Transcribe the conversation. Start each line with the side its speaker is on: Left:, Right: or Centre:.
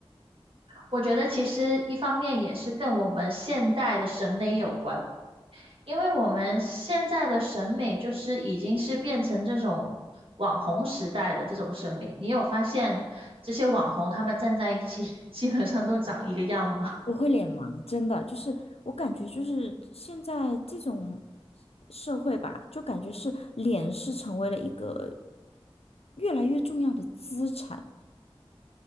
Right: 我觉得其实一方面也是跟我们现代的审美有关，因为我们现在的审美就是已经是变成这种网红时代的这种审美。你有发现这些网红他们站在一起，<laughs> 基本上都长一个样吗？
Left: 我会脸盲，真的，就是我感觉就是现在这种社会吧，就感觉是脸是成为了一个越来越重要的资产。